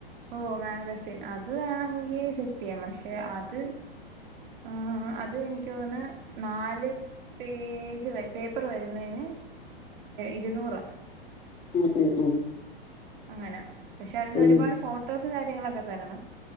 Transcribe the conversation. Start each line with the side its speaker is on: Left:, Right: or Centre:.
Right: ഓ മാഗസിൻ അത് വേണെങ്കി സെറ്റ് ചെയ്യാം പക്ഷെ അത് ആഹ് അത് എനിക്ക് തോന്ന് നാല് പേജ് പേപ്പർ വരുന്നതിന് ഇരുന്നൂറ
Left: ഉം ഉം ഉം
Right: അങ്ങനെ പക്ഷെ അതിൽ
Left: ഉം,
Right: ഒരുപാട് ഫോട്ടോസും കാര്യങ്ങളൊക്കെ തരണം